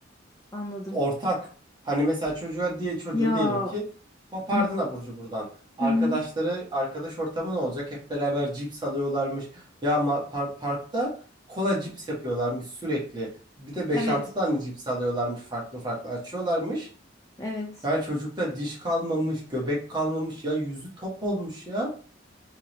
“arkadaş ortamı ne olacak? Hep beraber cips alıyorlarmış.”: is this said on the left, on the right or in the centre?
Right